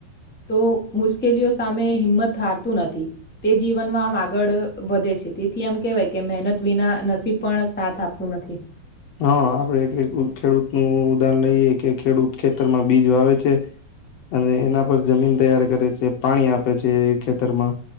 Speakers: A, in the centre; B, on the left.
A: તો મુશ્કેલીઓ સામે હિંમત હારતું નથી તે જીવનમાં આમ આગળ વધે છે તેથી આમ કહેવાય કે મહેનત વિના નસીબ પણ સાથ આપતું નથી
B: હા આપડે એક એક ખેડૂતનુ ઉદાહરણ લઈએ કે ખેડૂત ખેતરમાં બીજ વાવે છે અને એના પર જમીન તૈયાર કરે છે, પાણી આપે છે ખેતરમાં.